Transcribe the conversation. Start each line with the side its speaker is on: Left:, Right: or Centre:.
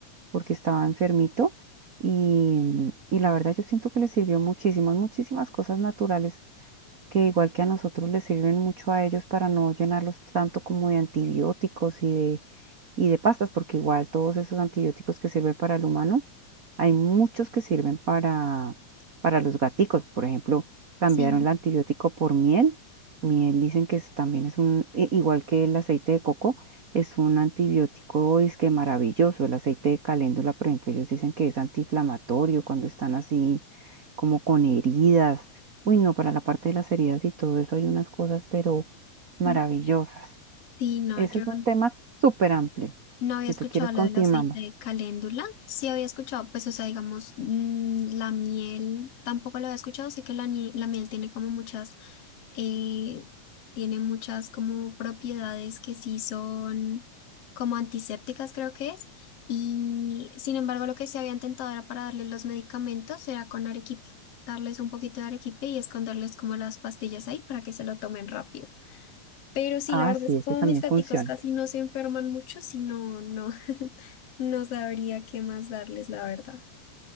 Right: porque estaba enfermito y, y la verdad yo siento que les sirvió muchísimo. Hay muchísimas cosas naturales que igual que a nosotros les sirven mucho a ellos para no llenarlos tanto como de antibióticos y de y de pastas, porque igual todos esos antibióticos que sirven para el humano, hay muchos que sirven para, para los gaticos. Por ejemplo, cambiaron
Left: Sí,
Right: el antibiótico por miel. Miel dicen que es- también es un, i- igual que el aceite de coco, es un antibiótico es que maravilloso. El aceite de caléndula, por ejemplo, ellos dicen que es antiinflamatorio cuando están así como con heridas. Uy, no, para la parte de las heridas y todo eso hay unas cosas, pero maravillosas.
Left: mm, sí, no,
Right: Ese
Left: yo
Right: es un tema súper amplio.
Left: No había
Right: Si
Left: escuchado
Right: tú quieres, continuamos.
Left: lo del aceite de caléndula. Sí había escuchado, pues, o sea, digamos, mm, la miel tampoco lo había escuchado. Sé que la, nie- la miel tiene como muchas, eh, tiene muchas como propiedades que sí son como antisépticas, creo que es. Y sin embargo, lo que se había intentado era para darles los medicamentos, era con arequipe, darles un poquito de arequipe y esconderles como las pastillas ahí para que se lo tomen rápido. Pero sí,
Right: Ah,
Left: la verdad
Right: sí,
Left: es que
Right: ese
Left: como
Right: también
Left: mis gaticos
Right: funciona.
Left: casi no se enferman mucho, si no, no, <laughs> no sabría qué más darles, la verdad.